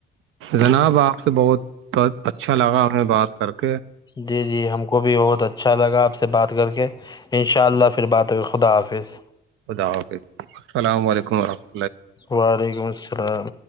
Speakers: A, on the right (about 85°); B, on the left (about 20°).
A: جناب آپ سے بہت اچھا لگا ہمیں بات کرک
B: جی جی ہم کو بھی بہت اچھا اچھا لگا
A: ہوگی
B: آپ سے بات کر کے ان شاء اللہ پھر بات ہو گئی خدا حافظ
A: خدا حافظ السلام علیکم و رحمۃ
B: وعلیکم السلام